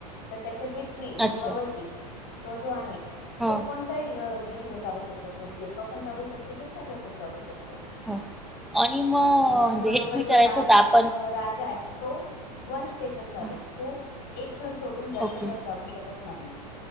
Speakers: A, on the left; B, in the centre.
A: तर त्याच्या जी क्वीन
B: अच्छा
A: किंवा वजीर तो जो आहे.
B: हा
A: तो कोणताई अ दिशेने चालू शकतो. तो तिरपा पण चालू शकतो तो सरळ पण चालू शकतो.
B: ह आणि म म्हणजे
A: आणि त्याचबरोबर
B: हेच विचारायचं
A: जो राज
B: होतं आप
A: अ राजाए तो वंश ते पण चालेल
B: हां
A: तू एग घर सोडून जास्त
B: ओके
A: घर चालू शकत नाही.